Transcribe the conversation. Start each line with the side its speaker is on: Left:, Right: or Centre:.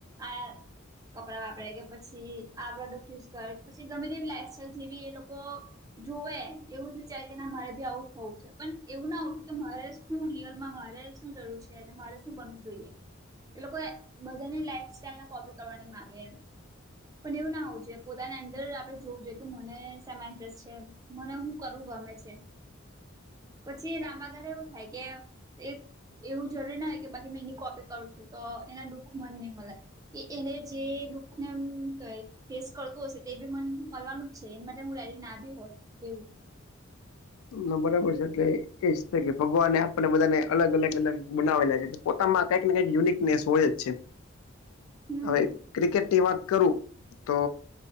Right: આ કપડા વાપરે કે પછી આ પ્રોડક્ટ યુઝ કરે પછી ગમે તેવી લાઈફ સાઈલ જેવી એ લોકો જોવે એવું જ વિચાર કે ના મારે બી આવું હોઉ છે. પણ એવું ના આવતું કે મારે શું રિયલમાં મારે શું જરૂર છે અને મારે શું બનવું જોઈએ? એ લોકો બધાની લાઈફ સ્ટાઈલ કોપી કરવાની માગે એમ પણ એવું ના હોવું જોઈએ. પોતાની અંદર આપણેે જોવું જોઈએ કે મને શેમાં ઇન્ટરેસ્ટ છે મને હું કરવું ગમે છે. પછી લાંબા ગાળ એવું થાય કે એક એવું જરૂરી ના કે બાકી મેં એની કોપી કરું છું તો એના દુઃખ મન નહીં મળે. કે એને જે દુઃખને એમ ક ફેસ કરતું હશે તે બી મ મળવાનું જ છે એ માટે હું રેડી ના બી હોય એવું.
Left: ના બરાબર છે એટલે એ જ છે કે ભગવાને આપણને બધાને અલગ અલગ અલગ બનાવેલા. પોતામાં કઈક ને કઈક યુનિકનેસ હોય જ છે
Right: હમ
Left: હવે ક્રિકેટની કરું તો